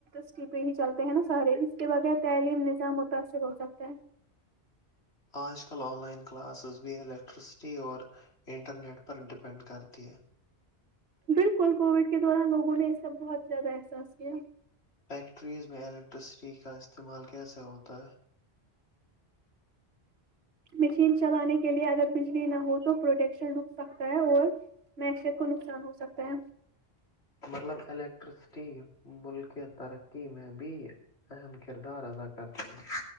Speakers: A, on the right (about 70°); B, on the left (about 85°).
A: سٹر پہ ہی چلتے ہیں نا سارے اس کے بغیر تعلیم نظام متاثر ہو سکتا ہے
B: آج کل آن لائن کلاسز بھی الیکٹرسٹی اور انٹرنیٹ پر ڈیپینڈ کرتی ہے
A: بالکل کووڈ کے دوران لوگوں نے اس کا بہت زیادہ احساس کیا
B: فیکٹریز میں الیکٹرسٹی کا استعمال کیسے ہوتا ہے
A: مشین چلانے کے لیے اگر بجلی نہ ہو تو پروڈکشن رک سکتا ہے اور معیشیت کو نقصان ہو سکتا ہے
B: مطلب الیکٹرسٹی ملک ترقی میں بھی اہم کردار ادا کرتی ہیں